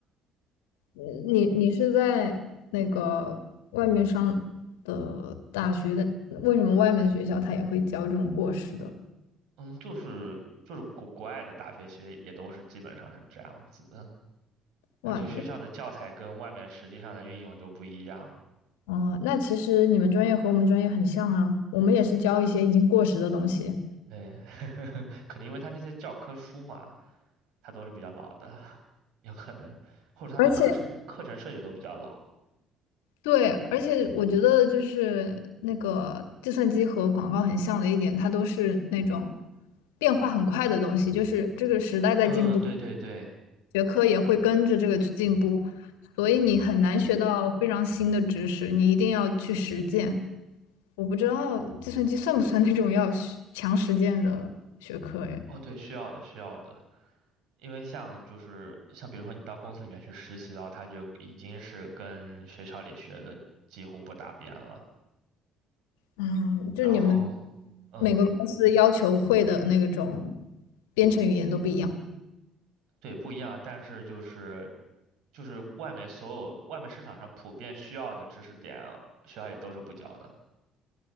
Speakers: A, on the left (about 70°); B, on the right (about 60°).
A: 嗯你你是在那个外面上的大学的，为什么外面的学校他也会教这种过时的？
B: <laughs> 嗯，就是就是国国外的大学其实也都是基本上是这样子的，他就学校的教材跟外面实际上的运用就不一样。
A: 哇，哦，啊那其实你们专业和我们专业很像啊，我们也是教一些已经过时的东西，
B: 对，<laughs> 可能因为他那些教科书嘛，他都是比较老的，有可能，或者他的课程课程设计都比较老。
A: 而且。对，而且我觉得就是那个计算机和广告很像的一点，它都是那种变化很快的东西，就是这个时代在进步，
B: 嗯，对对对，
A: 学科也会跟着这个去进步，所以你很难学到非常新的知识，你一定要去实践。我不知道计算机算不算那种要实强实践的学科诶，
B: 哦对，需要的需要的。因为像就是像比如说你到公司里面去实习的话，他就已经是跟学校里学的几乎不搭边了。
A: 嗯，
B: 然后，
A: 就是你们
B: 嗯，
A: 每个公司要求会的那种编程语言都不一样。
B: 对，不一样，但是就是就是外面所有外面市场上普遍需要的知识点，学校里都是不教的。